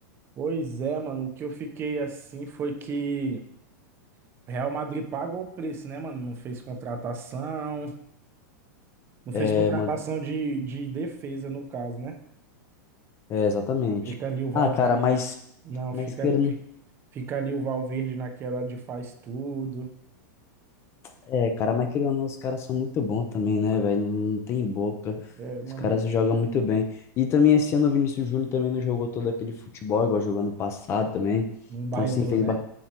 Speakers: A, on the right; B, on the left.
A: Pois é, mano. O que eu fiquei assim foi que. Real Madrid pagou o preço, né, mano? Não fez contratação, não
B: É,
A: fez contratação
B: mano.
A: de, de defesa, no caso, né?
B: É, exatamente.
A: Fica ali o Valverde.
B: Ah, cara, mas.
A: Não,
B: Mas
A: fica,
B: querendo.
A: fi- fica ali o Valverde naquela de faz tudo.
B: É, cara, mas querendo ou não, os caras são muito bons também, né, velho? Não, não tem boca.
A: É, mano,
B: Os caras
A: mas
B: jogam muito bem. E também esse ano o Vinícius Júnior também não jogou todo aquele futebol, igual jogou no passado também.
A: não bailou,
B: Então, assim, fez.
A: né?
B: ba-